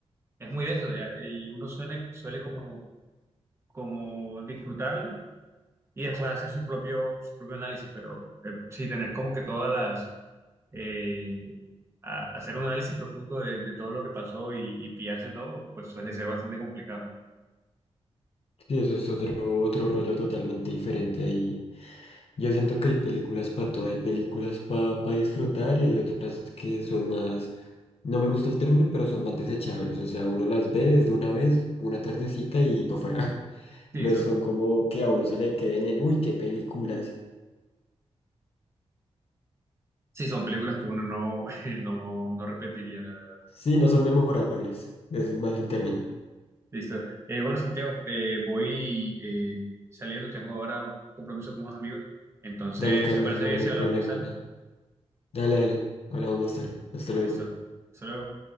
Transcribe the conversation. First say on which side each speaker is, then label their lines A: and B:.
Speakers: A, on the right (about 25°); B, on the left (about 65°).
A: es muy denso ya, y uno suele, suele como, como disfrutarla y después hacer su propio, su propio análisis, pero eh, sí tener como que todas las, eh, a- hacer un análisis profundo de, de todo lo que pasó y, y pillarse todo, pues suele ser bastante complicado.
B: Sí, eso es otro, otro rollo totalmente diferente ahí. Yo siento que hay películas para todo, hay películas para disfrutar y hay otras que son más, no me gusta el término, pero son más desechables. O sea, uno las ve desde una vez, una tardecita y para afuera. <laughs>
A: Sí,
B: No
A: son,
B: son como que a uno se le queden en, uy, qué películas.
A: sí, son películas que uno no, <laughs> no, no repetiría, la verdad.
B: Sí, no son memorables. Ese es más el término.
A: Listo. Eh, bueno, Santiago, eh, voy eh, saliendo, tengo ahora un compromiso con unos amigos, entonces,
B: Dale, Carlos,
A: ¿te parece
B: no,
A: bien
B: no
A: si
B: hay
A: hablamos
B: problema.
A: más tarde?
B: Dale, dale. Hablamos más tarde. Hasta luego.
A: Listo. hasta luego